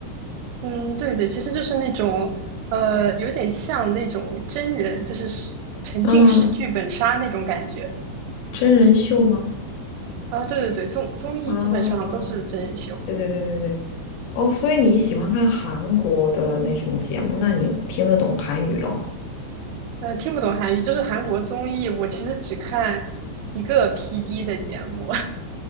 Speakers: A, on the right; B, on the left.
A: 嗯，对对，其实就是那种，呃，有点像那种真人，就是是沉浸式剧本杀那种感觉。
B: 嗯，真人秀吗？
A: 啊，对对对，综综艺基本上都是真人秀。
B: 啊，对对对对对，哦，所以你喜欢看韩国的那种节目，那你听得懂韩语咯？
A: 呃，听不懂韩语，就是韩国综艺，我其实只看一个 PD 的节目，